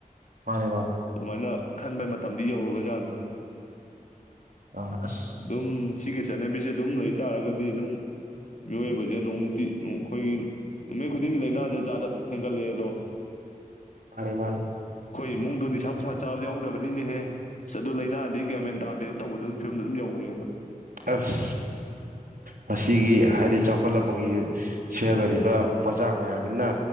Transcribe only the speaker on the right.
ꯃꯥꯅꯦ ꯃꯥꯅꯦ
ꯑꯥ ꯑꯁ
ꯃꯥꯅꯦ ꯃꯥꯅꯦꯦ
ꯑꯁ ꯃꯁꯤꯒꯤ ꯍꯥꯏꯗꯤ ꯆꯥꯎꯈꯠꯂꯛꯄꯒꯤ ꯁꯦꯟꯅꯔꯤꯕ ꯄꯣꯠꯆꯥꯛ ꯃꯌꯥꯝꯅꯤꯅ